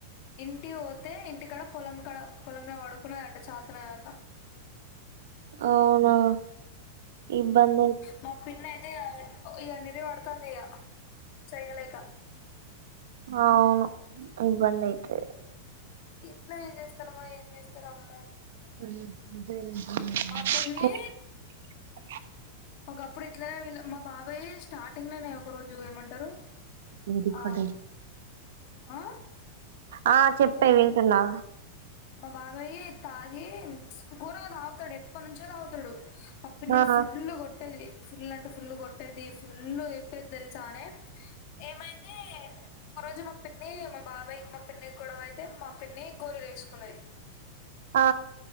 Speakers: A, on the left; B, on the right.
A: ఇంటి పోతే ఇంటి కడ పొలం కడ పొలంలో పడుకున్నదట చాతన కాక
B: అవునా ఇబ్బంది అయి
A: మా పన్న అయితే ఇవన్నర పడుతుంది ఇక చెయ్యలేక
B: అవును ఇబ్బంది అయితే
A: ఎట్లా ఏం చేస్తారమ్మా ఏం చేస్తార అమ్మో
B: సేర
A: మా పిన్ని ఒకప్పుడు ఇట్లానే వీళ్ళ మా బాబాయ స్టార్టింగ్ లోనే ఒక రోజు ఏమంటారు
B: మీదికుోడి
A: ఆ ఆ
B: ఆ చెప్పే వింటున్నా
A: మా బాబాయ తాగి కూూరగా తాగుతాడు ఎప్పటి నుంచో తాగుతాడు అప్పుడు నేను
B: ఆ
A: ఫుల్ కొట్టేది ఫుల్ అంటే ఫుల్ కొట్టేది ఫుల్ తట్టేది తెలిసానే ఏమైతే ఒక రోజు మా పిన్ని మా బాబాయయికి మా పిన్ని కూడాడ అయితే మా పిన్ని గోళ వేసుకు సన్నాై
B: ఆ